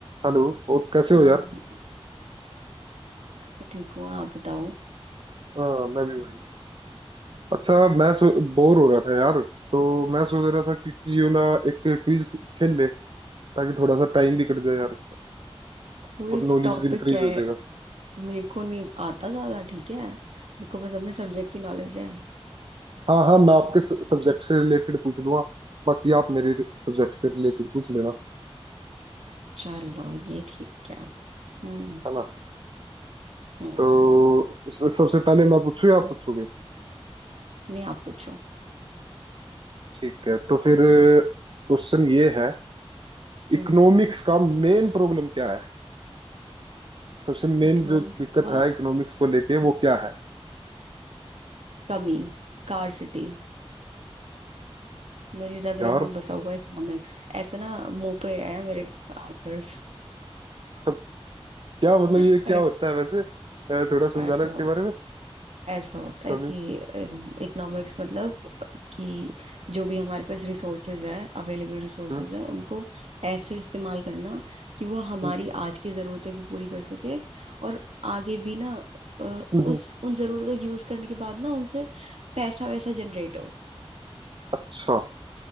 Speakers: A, on the right; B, on the right.
A: Hello और कैसे हो
B: हाँ
A: यार
B: मैं तो ठीक हूँ आप बताओ
A: हाँ मैं भी बढ़िया अच्छा मैं सो बोर हो रहा था यार तो मैं सोच रहा था कि क्यों ना एक क्विज खेल ले ताकि थोड़ा सा टाइम भी कट जाए यार
B: क्विज
A: और नॉलेज
B: टॉपिक
A: भी इंक्रीज
B: क्या
A: हो
B: है
A: जाएगा
B: मेरे को नहीं आता ज्यादा ठीक है मेरे को बस अपने सब्जेक्ट की नॉलेज है
A: हाँ हाँ मैं आपके सब्जेक्ट से रिलेटेड पूछ लूंगा बाकी आप मेरे सब्जेक्ट से रिलेटेड पूछ लेना
B: चलो ये ठीक है हम्म
A: है ना
B: हम्म
A: तो स- सबसे पहले मैं पूछूं या आप पूछोगे
B: नहीं आप पूछो
A: ठीक है तो फिर क्वेश्चन ये है
B: हम्म
A: इकोनॉमिक्स का मेन प्रॉब्लम क्या है सबसे मेन
B: इकोनॉमिक्स
A: जो दिक्कत
B: का
A: है इकोनॉमिक्स को लेके वो क्या है
B: कमी स्कार्सिटी मेरी रग
A: यार
B: रग में बसा हुआ इकोनॉमिक्स ऐसे ना मुंह पे है मेरे आंसर्स
A: तब क्या मतलब
B: <laughs>
A: ये
B: अरे
A: क्या होता है वैसे अ, थोड़ा समझाना
B: ऐसा
A: इसके बारे में
B: ऐसा होता है
A: कभी
B: कि इकोनॉमिक्स मतलब कि जो भी हमारे पास रिसोर्सेज है अवेलेबल रिसोर्सेज
A: हाँ,
B: है उनको ऐसे इस्तेमाल करना कि वो हमारी
A: हम्म,
B: आज की ज़रूरतें भी पूरी कर सके और आगे भी ना अ,
A: हम्म, हम्म।
B: उस उन ज़रूरतों को यूज़ करने के बाद ना उनसे पैसा वैसा जनरेट हो
A: अच्छा